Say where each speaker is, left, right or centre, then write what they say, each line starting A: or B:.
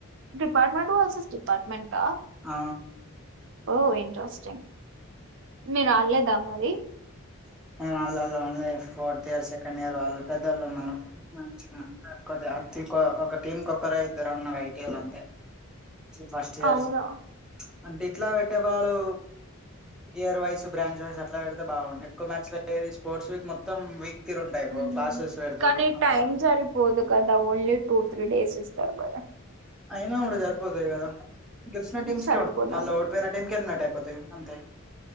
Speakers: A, on the right; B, in the centre.
A: డిపార్ట్మెంట్ వర్సెస్ డిపార్ట్మెంటా
B: ఆ
A: ఓ ఇంట్రెస్టింగ్ మీరు ఆల్లేదా మరి
B: వాళ్ళళఓన్లీ ఫోర్త్ ఇయర్ సెకండ్ ఇయర్ వాళ్ళు పెద్దోళ్ళు ఉన్నారు మంచిగా ఒక టీంక్కరు ఇద్దరు ఉన్నారు ఐటిఎల్ అంతే ఫస్ట్ ఇయర్స్
A: అవునా!
B: అంటే ఇట్లా పెట్టేబారు ఇయర్ వైజ్ బ్రాంచ్ వైజ్ అట్లాడితే బాగుంటాయి ఒక మ్యాచ్ లో డైలీ స్పోర్ట్స్ వీక్ మొత్తం వీక్ తీరు ఉంటాయి
A: ఉ
B: క్లాసెస్ పెడతారు
A: కానీ
B: మధ్యలో
A: టైమ్ సరిపోదు కదా ఓన్లీ టూ త్రీ డేస్ ఇస్తారు కదా!
B: అయినా కూడా సరిపోతాయి కదా గెలిచిన టీం
A: సరిపోదండి.
B: కి ఉంటాయి ఓడిపోయిన టీం కి ఎలిమినేటెడ్ పోతే అంతే